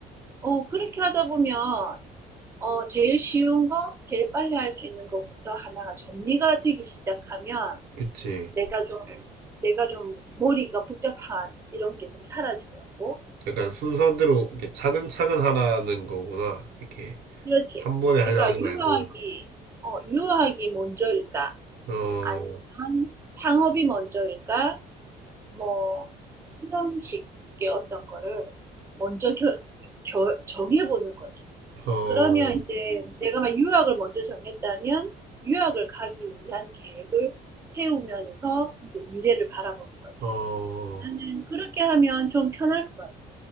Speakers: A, on the right; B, on the right.
A: 어, 그렇게 하다 보면 어, 제일 쉬운 거, 제일 빨리 할 수 있는 것부터 하나가 정리가 되기 시작하면
B: 그치.
A: 내가 좀, 내가 좀 머리가 복잡한 이런 게 좀 사라지더라고.
B: 약간 순서대로 이렇게 차근차근 하라는 거구나. 이렇게
A: 그렇지.
B: 한 번에
A: 그러니까
B: 하려 하지
A: 유학이,
B: 말고.
A: 어, 유학이 먼저일까?
B: 어,
A: 아니면 창업이 먼저일까? 뭐 이런 식의 어떤 거를 먼저 결, 결, 정해보는 거지.
B: 어,
A: 그러면 이제 내가 막 유학을 먼저 정했다면 유학을 가기 위한 계획을 세우면서 이제 미래를 바라보는 거지.
B: 어,
A: 나는 그렇게 하면 좀 편할 것 같아.